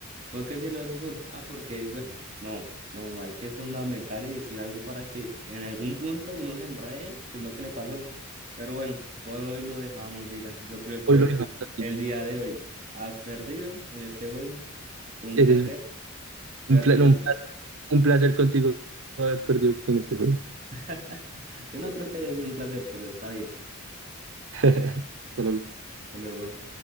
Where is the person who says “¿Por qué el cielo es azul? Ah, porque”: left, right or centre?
Right